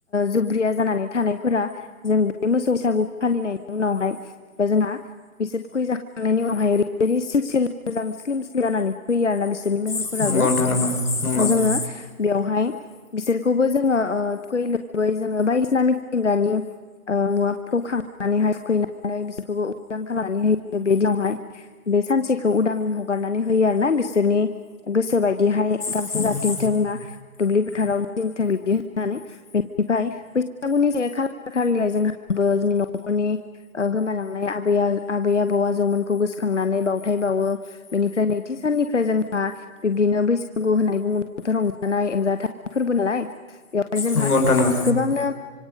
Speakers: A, on the left (about 55°); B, on the left (about 80°).
A: जुब्रिया जानानै थानायफोरा जों बे मोसौ फिसाखौ फानहैनायनि उनावहाय बा जोंहा बिसोर फैजाखांनायनि उनावहाय ओरैबायदि सिल सिल मोजां स्लिम स्लिम जानानै फैयो आरो ना बिसोरनि महरफोराबो
B: नोंथां
A: उनाव जोङो बेवहाय बिसोरखौबो जोङो ओ थुखै लोबै जोङो बायदिसिना मिथिंगानि ओ मुवाफोरखौ खांनानैहाय थुखैनानै बिसोरखौबो उदां खालामनानै होयो बे दिनावहाय। बे सानसेखौ उदां ह हगारनानै होयो आरो ना बिसोरनि गोसो बायदिहाय गांसो
B: नंगौ
A: जाफथिंथों ना दुब्लि फोथाराव गिदिंथों बिब्दि होननानै। बेनिफ्राय <unintelligible> खालार खालिलाय जोंहाबो जोंनि नखरनि ओ गोमालांनाय आबै आबै आबौ आजौमोनखौ गोसोखांनानै बावथाय बावो। बेनिफ्राय नैथि साननिफ्राय जोंहा बिब्दिनो बैसागु होननानै बुङोब्लाथ' रंजानाय एंजाथाइ फोरबो नालाय बेयाव जोंहा
B: नंगौ नोंथां नंगौ
A: गोबांनो